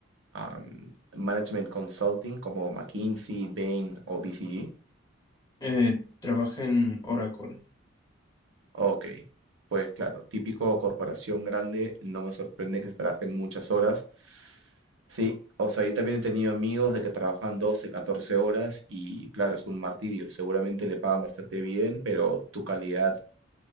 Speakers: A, on the right; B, on the left.
A: am, management consulting como McKinsey, Bain o BCG?
B: eh, trabaja en Oracle.
A: Ok, pues claro, típico corporación grande, no me sorprende que se trabajen muchas horas. Sí, o sea, yo también he tenido amigos de que trabajan 12 14 horas y claro, es un martirio. Seguramente le pagan bastante bien, pero tu calidad